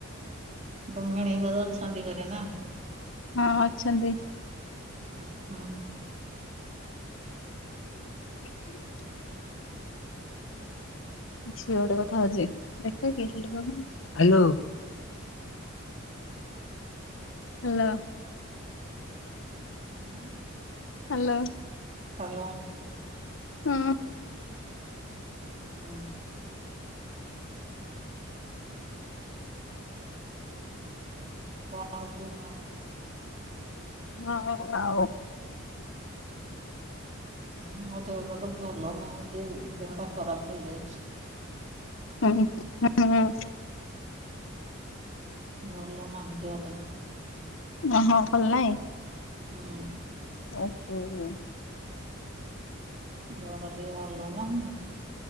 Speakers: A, on the right; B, on the left.
A: ତମ ଭିଣେଇଙ୍କର ଅଛନ୍ତି ଘରେ ନାଇଁ।
B: ହଁ ଅଛନ୍ତି।
A: ଓ ହୋ।
B: <inaudible> ଝିଅଟେ କଥା ହଉଛି ଦେଖି ଟିକେ ହାଲୋ କହିଲ ହାଲୋ ହ୍ୟାଲୋ
A: <unintelligible>
B: ହ୍ୟାଲୋ
A: ହ୍ୟାଲୋ
B: ହୁଁ
A: ହୁଁ। <unintelligible>
B: <unintelligible> ଆଉ
A: ମୋ ଦେହଟା ତ ଭଲ ନାହିଁ ଯେ ଦେହ ଟା ଖରାପ ହେଇଯାଇଛି।
B: <unintelligible>
A: ଭଲ ନାଇଁ ଦେହଟା ଟିକେ
B: ଓହ ଭଲ ନାଇଁ?
A: ହଁ।
B: <unintelligible>
A: ଦେହଟା ଟିକେ ଭଲ ନାହିଁ